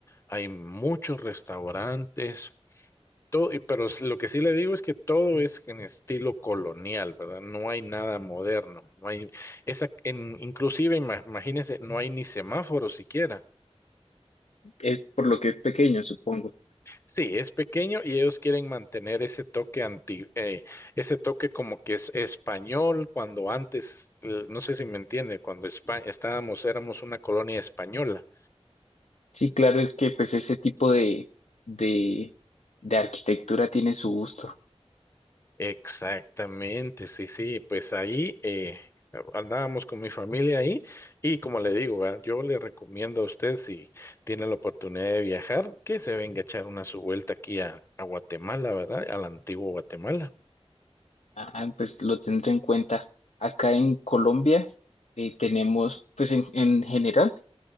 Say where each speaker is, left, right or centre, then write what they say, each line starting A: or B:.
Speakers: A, on the left (about 20°); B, on the left (about 85°).
A: Hay muchos restaurantes, todo, y- pero s- lo que sí le digo es que todo es en estilo colonial, ¿verdad? No hay nada moderno, no hay esa, en, inclusive ima- imagínense, no hay ni semáforos siquiera.
B: Es por lo que es pequeño, supongo.
A: Sí, es pequeño y ellos quieren mantener ese toque anti, eh, ese toque como que es español cuando antes, eh, no sé si me entiende, cuando Espa- estábamos, éramos una colonia española.
B: Sí, claro, es que pues ese tipo de, de, de arquitectura tiene su gusto.
A: Exactamente, sí, sí, pues ahí eh, andábamos con mi familia ahí y como le digo, ¿verdad? yo le recomiendo a usted si tiene la oportunidad de viajar que se venga a echar una su vuelta aquí a, a Guatemala, ¿verdad? Al antiguo Guatemala.
B: Ajá, pues lo tendré en cuenta. Acá en Colombia eh, tenemos, pues en, en general,